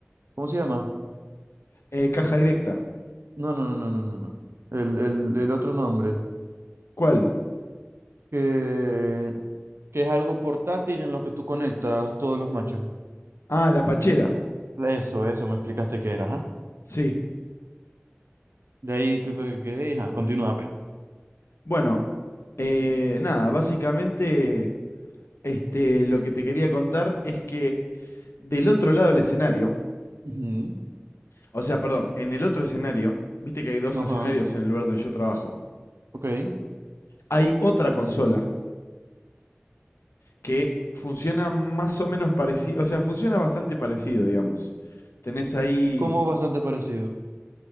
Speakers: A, on the right; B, on the left.
A: ¿Cómo se llama?
B: Eh, caja directa.
A: No, no, no, no, no, no. no. El, el, el otro nombre.
B: ¿Cuál?
A: Que, que es algo portátil en lo que tú conectas todos los machos.
B: Ah, la pachera.
A: Eso, eso, me explicaste qué era, ajá.
B: Sí.
A: De ahí, ¿qué fue que quedé? Ajá, continúa, pe.
B: Bueno, eh, nada, básicamente este, lo que te quería contar es que del otro lado del escenario,
A: Ujú,
B: o sea, perdón, en el otro escenario, viste que hay dos
A: Ajá,
B: escenarios en el lugar donde yo trabajo,
A: ok.
B: hay otra consola que funciona más o menos parecido, o sea, funciona bastante parecido, digamos. Tenés ahí,
A: Como bastante parecido.